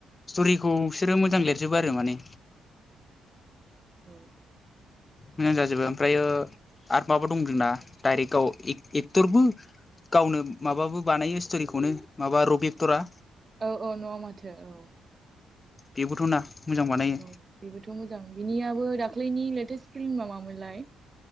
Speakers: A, on the left; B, on the right.
A: स्ट'रिखौ बिसोरो मोजां लिरजोबो आरो माने।
B: औ।
A: मोजां जाजोबो ओमफ्रायो आर माबा दं जोंना डाइरेक्टआव एक्टरबो गावनो माबाबो बानायो स्ट'रिखौनो माबा रबि एक्टरा
B: औ औ न'आव माथो औ।
A: बेबोथ' ना। मोजां बानायो
B: औ बेबोथ' मोजां बिनियाबो दाख्लैनि लेटेस्ट फिल्मा मामोनलाय?